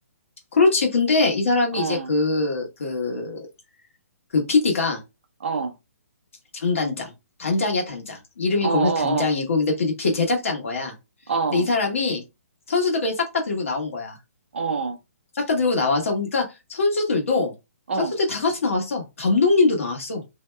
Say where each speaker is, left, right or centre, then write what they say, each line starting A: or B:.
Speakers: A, on the left; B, on the right.
A: 그렇지. 근데 이 사람이
B: 어,
A: 이제 그, 그, 그 PD가
B: 어,
A: 장단장. 단장이야, 단장. 이름이
B: 어,
A: 거기서
B: 어,
A: 단장이고, 근데 제작자인 거야.
B: 어,
A: 근데 이 사람이 선수들 그냥 싹 다 들고 나온 거야.
B: 어, 어,
A: 싹 다 들고 나와서, 그러니까 선수들도,
B: 어,
A: 선수들 다 같이 나왔어. 감독님도 나왔어.